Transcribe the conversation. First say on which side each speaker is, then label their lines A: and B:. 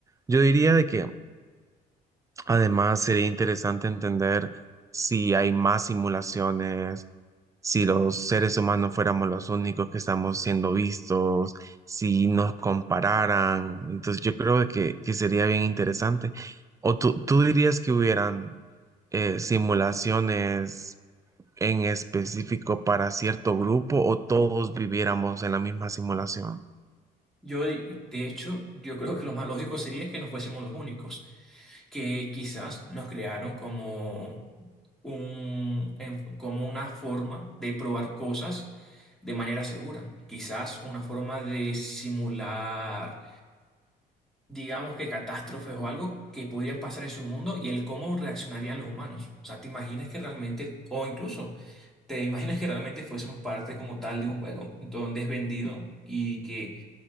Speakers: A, on the right; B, in the centre.
A: yo diría de que Además, sería interesante entender si hay más simulaciones, si los seres humanos fuéramos los únicos que estamos siendo vistos, si nos compararan. Entonces, yo creo de que, que sería bien interesante. ¿O tú, tú dirías que hubieran eh, simulaciones en específico para cierto grupo o todos viviéramos en la misma simulación?
B: Yo, de de hecho, yo creo que lo más lógico sería que no fuésemos los únicos, que quizás nos crearon como un, en- como una forma de probar cosas de manera segura. Quizás una forma de simular, digamos que catástrofes o algo que podrían pasar en su mundo y el cómo reaccionarían los humanos. O sea, te imaginas que realmente, o incluso, te imaginas que realmente fuésemos parte como tal de un juego donde es vendido y que